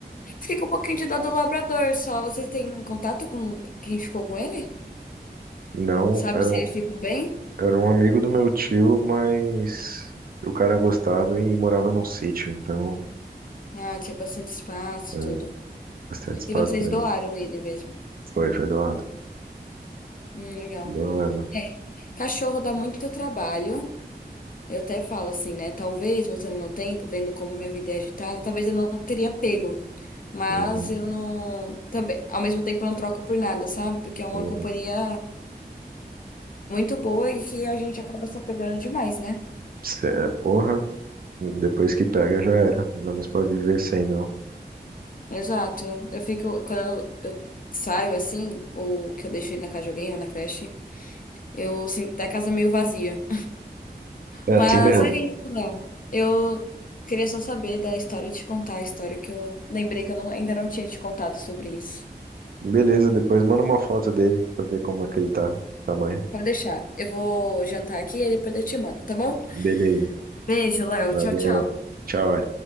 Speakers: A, on the left; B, on the right.
A: Fiquei com um pouquinho de dó do labrador só. Vocês têm contato com quem ficou com ele?
B: Não,
A: Sabe
B: era
A: se
B: um,
A: ele ficou bem?
B: era um amigo do meu tio, mas o cara gostava e morava num sítio, então
A: Ah, tinha bastante espaço,
B: é,
A: tudo.
B: bastante espaço
A: E vocês
B: pra
A: doaram
B: ele.
A: ele mesmo.
B: Foi, foi doado.
A: Hum, legal.
B: Doado.
A: É. Cachorro dá muito trabalho. Eu até falo assim, né? Talvez, voltando no tempo, vendo como minha vida é agitada, talvez eu não teria pego. Mas
B: Uhum,
A: eu não. Também, ao mesmo tempo, eu não troco por nada, sabe? Porque é uma
B: uhum.
A: companhia muito boa e que a gente acaba se apegando demais, né?
B: Cê, porra, depois que pega já era. Não dá mais pra viver sem, não.
A: Exato. Eu fico. Quando eu, eu saio assim, ou que eu deixo ele na casa de alguém ou na creche, eu sinto até a casa meio vazia.
B: É
A: Mas
B: assim mesmo.
A: é isso, Léo. Eu queria só saber da história e te contar a história que eu lembrei que eu não- ainda não tinha te contado sobre isso.
B: Beleza, depois manda uma foto dele pra ver como é que ele tá. Tamanho.
A: Pode deixar. Eu vou jantar aqui e depois eu te mando, tá bom?
B: Beleza.
A: Beijo, Léo.
B: Valeu.
A: Tchau, tchau.
B: Tchau.